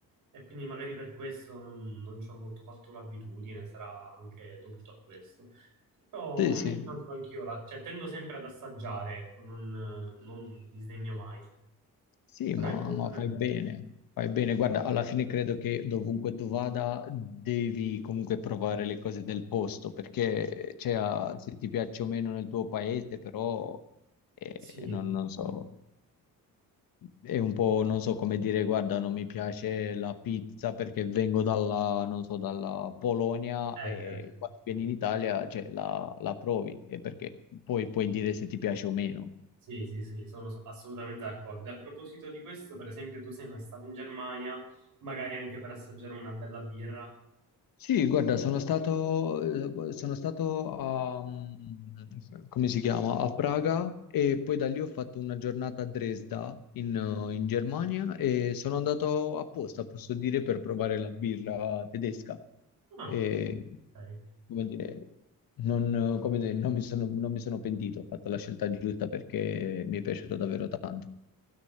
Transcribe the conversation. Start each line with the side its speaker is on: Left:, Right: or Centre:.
Right: E quindi magari per questo non, non ci ho molto fatto l'abitudine, sarà anche dovuto a questo. Però
Left: Sì,
Right: ogni
Left: sì.
Right: tanto anch'io la, cioè tendo sempre ad assaggiare, ecco, non, non disdegno mai.
Left: Sì,
Right: Però
Left: ma,
Right: ecco,
Left: ma
Right: non
Left: fai
Right: è-
Left: bene, fai bene. Guarda, alla fine credo che dovunque tu vada devi comunque provare le cose del posto, perché cioè, ah, se ti piace o meno nel tuo paese, però eh,
Right: sì,
Left: non, non so, è un po', non so come dire, guarda, non mi piace la pizza perché vengo dalla, non so, dalla Polonia
Right: eh,
Left: e
Right: certo.
Left: quando vieni in Italia, cioè, la, la provi, e perché poi puoi dire se ti piace o meno.
Right: Sì, sì, sì, sono s- assolutamente d'accordo. E a proposito di questo, per esempio, tu sei mai stato in Germania, magari anche per assaggiare una bella birra?
Left: Sì, guarda, sono stato, eh, sono stato a, mm, come si chiama? A Praga e poi da lì ho fatto una giornata a Dresda in, eh, in Germania e sono andato apposta, posso dire, per provare la birra tedesca.
Right: Ah,
Left: E,
Right: ok.
Left: come dire, non, eh, come dire, non mi sono, non mi sono pentito, ho fatto la scelta giusta perché mi è piaciuto davvero tanto.